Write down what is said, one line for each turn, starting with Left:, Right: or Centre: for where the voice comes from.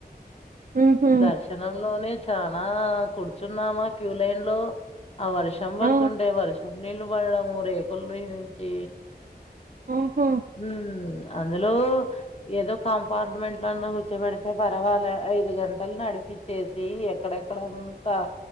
Right: హుహు
Left: దర్శనంలోనే చానా కూర్చున్నామా క్యూ లైన్ లో ఆ వర్షం పడుతుండే,
Right: ఆ
Left: వర్షం నీళ్ళు పడడము, రేకుల మీదుంచి
Right: ఆహా
Left: హ్మ్మ్ ఆ అందులో ఏదో కంపార్ట్మెంట్ లోన్న కూర్చోబెడితే పర్వాలే ఐదు గంట గంటల నడిపించేసి ఎక్కడెక్కడంతా